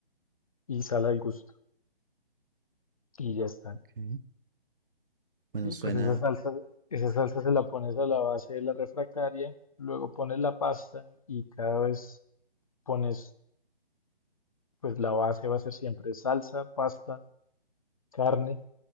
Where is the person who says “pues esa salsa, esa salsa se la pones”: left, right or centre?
Left